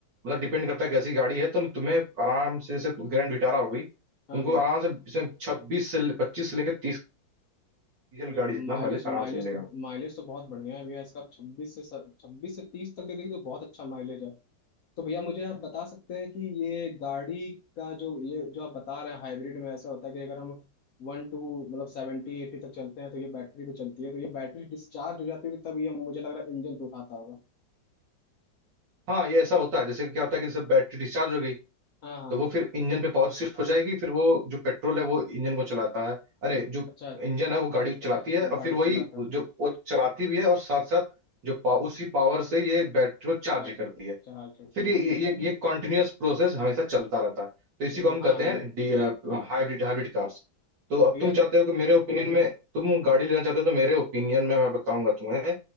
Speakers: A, on the right (about 70°); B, on the left (about 60°).
A: मतलब डिपेंड करता है कैसी गाड़ी है तो तुम्हें आराम से जैसे ग्रैंड विटारा हो गई तुमको
B: हाँ भैया
A: आराम से इसमें छब्बीस से पच्चीस से लेकर तीस डीजल
B: अरे
A: गाड़ी जितना
B: माइलेज
A: माइलेज आराम
B: माइलेज
A: से मिलेगा
B: तो माइलेज तो बहुत बढ़िया है भैया इसका छब्बीस से छब्बीस से तीस तक दे देगी तो बहुत अच्छा माइलेज है तो भैया मुझे आप बता सकते हैं कि ये गाड़ी का जो ये जो आप बता रहे हैं हाइब्रिड में ऐसा होता है कि अगर हम वन टू मतलब सेवेंटी एटी तक चलते हैं तो ये बैटरी पे चलती है तो ये बैटरी डिस्चार्ज हो जाती है कि तब ये मुझे लग रहा है इंजन पे उठाता होगा
A: हाँ ये ऐसा होता है जैसे क्या होता है कि जैसे बैटरी डिस्चार्ज हो गई
B: हाँ हाँ
A: तो वो फिर इंजन पे पावर शिफ्ट हो जाएगी फिर वो जो पेट्रोल है वो इंजन को चलाता है अरे जो
B: अच्छा
A: इंजन है वो गाड़ी को चलाती है और
B: गाड़ी
A: फिर वही
B: को चलाता
A: जो
B: है
A: वो चलाती भी है और साथ साथ जो पा, उसी पावर से ये बैटरी को चार्ज
B: बैट
A: करती है
B: चार्ज होती
A: फिर ये
B: है
A: ये ये, ये कॉन्टिन्यूअस प्रोसेस हमेशा चलता रहता है तो इसी
B: हम्म,
A: को हम
B: हाँ
A: कहते
B: भैया
A: हैं हाइब्रिड हाइब्रिड कार्स तो अब
B: भैया
A: तुम चाहते हो कि मेरे ओपिनियन में तुम गाड़ी लेना चाहते हो तो मेरे ओपिनियन में मैं बताऊंगा तुम्हें